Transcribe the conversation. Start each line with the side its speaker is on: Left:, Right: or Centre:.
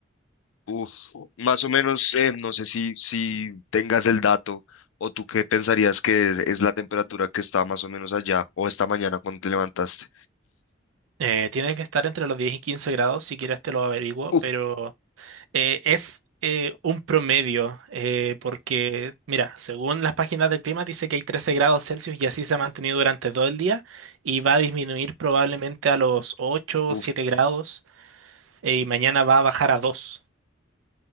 Left: Uf, más o menos, eh, no sé si, si tengas el dato o tú qué pensarías que es, es la temperatura que está más o menos allá o esta mañana cuando te levantaste.
Right: Eh, tiene que estar entre los 10 y 15 grados, si quieres te lo averiguo,
Left: Uf,
Right: pero Eh, es eh, un promedio, eh, porque, mira, según las páginas del clima dice que hay 13 grados Celsius y así se ha mantenido durante todo el día y va a disminuir probablemente a los ocho,
Left: uf,
Right: o 7 grados eh, y mañana va a bajar a dos.